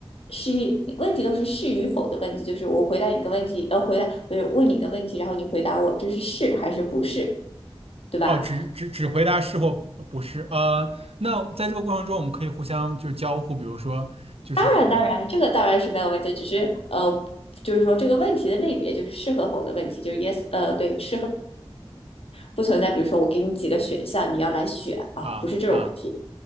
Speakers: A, on the left (about 75°); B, on the right (about 80°).
A: 是问题都是是与否的问题，就是我回答你个问题，呃，回答不是问你一个问题，然后你回答我这是是还是不是，对吧？
B: 哦，只只只回答是或不不是。呃，那在这个过程中，我们可以互相就是交互，比如说就是
A: 当然，当然，这个当然是没有问题，只是呃，就是说这个问题的类别就是适合否的问题，就是 yes，呃，对，适合不存在。比如说我给你几个选项，你要来选啊，
B: 啊啊，
A: 不是这种问题。